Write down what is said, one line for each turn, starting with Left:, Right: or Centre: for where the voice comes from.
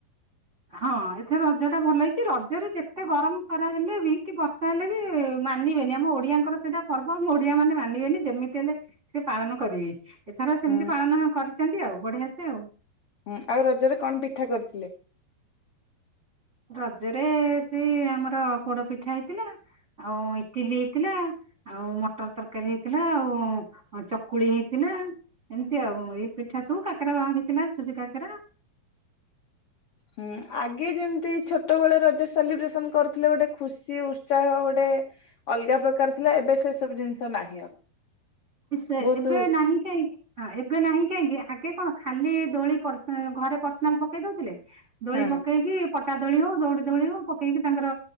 Right: ହଁ ଏଥରେ ରଜ ଟା ଭଲ ହେଇଛି ରଜରେ ଯେତେ ଗରମ ଖରା ହେଲେ ବି କି ବର୍ଷା ହେଲେ ବି। ମାନିବେନି ଆମ ଓଡିଆଙ୍କର ସେଇଟା ପର୍ବ, ଆମ ଓଡିଆ ମାନେ ମାନିବେନି ଯେମିତି ହେଲେ ସେ ପାଳନ କରିବେ। ଏଥର ସେମିତି
Left: ହୁଁ
Right: ପାଳନ କରିଛନ୍ତି ଆଉ ବଢିଆ ସେ ଆଉ।
Left: ହୁଁ ଆଉ ରଜରେ କଣ ପିଠା କରିଥିଲେ?
Right: ରଜରେ ସେଇ ଆମର ପୋଡ ପିଠା ହେଇଥିଲା। ଆଉ ଇଟିଲି ହେଇଥିଲା, ଆଉ ମଟର ତରକାରୀ ହେଇଥିଲା, ଆଉ ଚକୁଳି ହେଇଥିଲା। ଲା ଏମିତି ଆଉ ଏଇ ପିଠା ସବୁ କାକରା ବା ହେଇଥିଲା ସୁଜି କାକରା।
Left: <inaudible> ହୁଁ ଆଗେ ଯେମିତି ଛୋଟବେଳେ ରଜ ସେଲିବ୍ରେସନ କରୁଥିଲେ ଗୋଟେ ଖୁସି ଉତ୍ସାହ ଗୋଟେ। ଅଲଗା ପ୍ରକାର ଥିଲା ଏବେ ସେ ସବୁ ଜିନିଷ ନାହିଁ ଆଉ।
Right: ସେ
Left: ବହୁତ
Right: ଏବେ ନାହିଁ କାହିଁକି ହଁ ଏବେ। ଏବେ ନାହିଁ କାହିଁକି ଆଗେ କଣ ଖାଲି ଦୋଳି ପରସ ଘରେ ପର୍ସନାଲ ପକେଇ ଦଉଥିଲେ। ଦୋଳି
Left: ହଁ
Right: ପକେଇକି। ପଟା ଦୋଳି ହଉ ଦୌଡ଼ି ଦୋଳି ହଉ ପକେଇକି ତାଙ୍କର